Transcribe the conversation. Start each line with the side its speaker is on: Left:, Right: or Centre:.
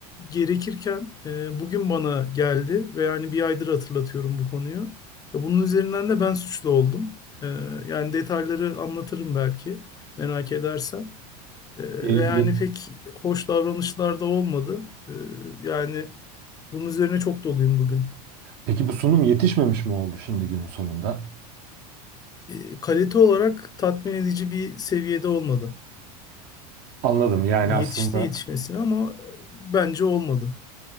Left: gerekirken e, bugün bana geldi ve yani bir aydır hatırlatıyorum bu konuyu. Ya bunun üzerinden de ben suçlu oldum. E, yani detayları anlatırım belki merak edersen. Ee,
Right: E, ye-
Left: ve yani pek hoş davranışlar da olmadı. Ee, yani bunun üzerine çok doluyum bugün.
Right: Peki bu sunum yetişmemiş mi oldu şimdi günün sonunda?
Left: Ee, kalite olarak tatmin edici bir seviyede olmadı.
Right: Anladım yani
Left: Yani
Right: aslında
Left: yetişti yetişmesine ama bence olmadı.